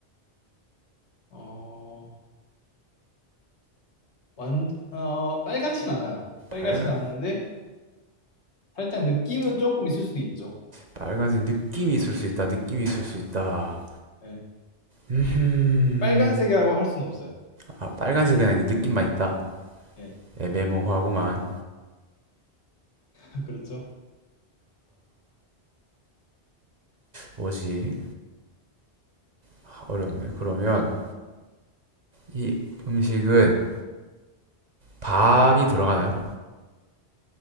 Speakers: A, on the left; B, on the right.
A: 어, 완, 어, 빨갛진 않아요. 빨갛진
B: 빨간
A: 않은데 살짝 느낌은 조금 있을 수도 있죠.
B: 빨간색 느낌이 있을 수 있다. 느낌이 있을 수 있다.
A: 네,
B: 음,
A: 빨간색이라고 할 수는 없어요.
B: 아, 빨간색은 아닌데 느낌만 있다.
A: 예,
B: 애매모호하구만.
A: <laughs> 그렇죠.
B: 뭐지? 아, 어렵네. 그러면 이 음식은 밥이 들어가나요?